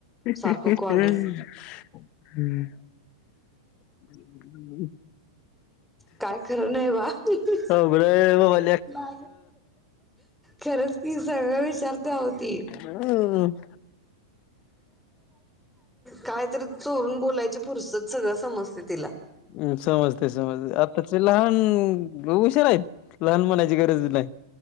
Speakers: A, on the left; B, in the centre.
A: हम्
B: सारखं कॉलिंग
A: हम् <inaudible>
B: काय खरं नाही बा <inaudible>
A: अवघड आहे बाबा
B: बा खरंच ती सगळं विचारते आहो ती
A: हम
B: कायतरी चोरून बोलायची फुरसत सगळं समजतं तिला
A: हम समजते समजते आताचे लहान हुशार आहे लहान म्हणायची गरज नाही.